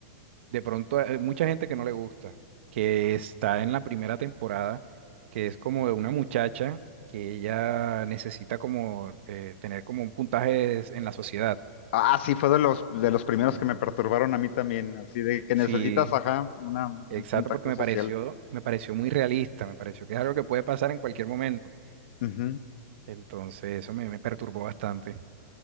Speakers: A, on the right (about 65°); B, on the left (about 60°).
A: De pronto hay mucha gente que no le gusta, que está en la primera temporada, que es como de una muchacha que ella necesita como eh, tener como un puntaje en la sociedad.
B: Ah, sí, fue de los, de los primeros
A: Sí,
B: que me perturbaron a mí también, así de que
A: sí,
B: necesitas, ajá, una, un
A: Exacto,
B: puntaje
A: porque me
B: social.
A: pareció, me pareció muy realista, me pareció que es algo que puede pasar en cualquier momento.
B: Ujú.
A: Entonces, eso me, me perturbó bastante.